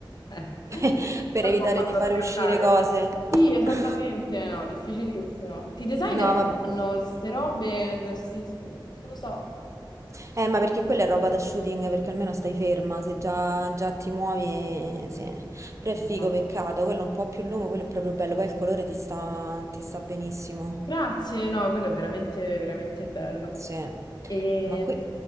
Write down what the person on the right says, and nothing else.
<laughs> Per evitare
di fare
uscire cose.
<laughs>
No,
vabbè.
Eh, ma perché quella è roba da shooting, perché almeno stai ferma, se già, già ti muovi, eh, sì. Però
è figo, peccato, quello è un po' più lungo, quello è proprio bello, poi il colore ti sta, ti sta benissimo.
Sì.
Ma qui...